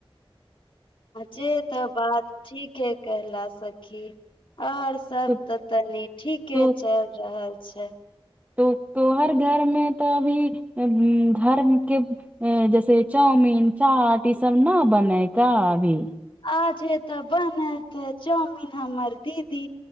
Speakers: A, on the left (about 60°); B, on the right (about 15°).
A: जे तऽ बात ठीक है कहला सखी और सब
B: तो
A: त तनी ठीके
B: तो
A: चल रहल छे
B: तो तोहर घईर मे तऽ अभी घर के जैसे चाउमीन चाट ई सब ना बनेै त अभी।
A: आजे त बनेते चाउमिन हमर दीदी